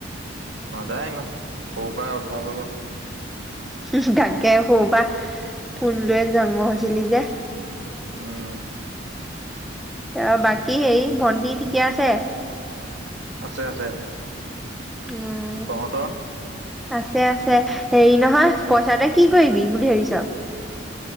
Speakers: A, on the right; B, in the centre.
A: নাযায় ইমান সৰু পৰা অভ্যাস হৈ গ'ল
B: হোম তাকে সৰু পৰা ফোন লয়ে জন্ম হৈছিলি যে
A: উম
B: ত বাকী হেই ভন্টি ঠিকে আছে
A: আছে আছে
B: উম।
A: তহঁতৰ
B: আছে আছে হেৰি নহয় পইচা তই কি কৰিবি বুলি ভাবিছ